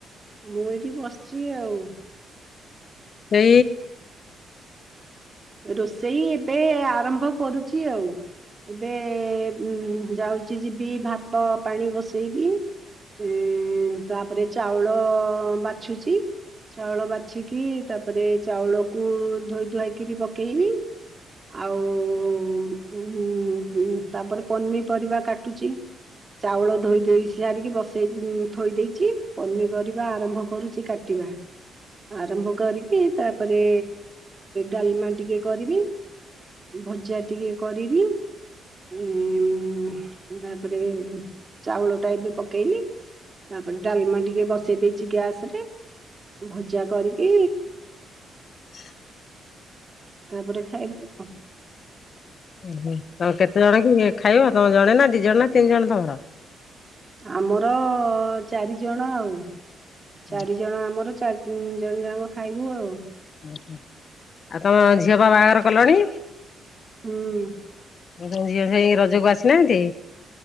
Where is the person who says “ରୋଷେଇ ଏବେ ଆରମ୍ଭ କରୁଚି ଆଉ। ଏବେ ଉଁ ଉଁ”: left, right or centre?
Right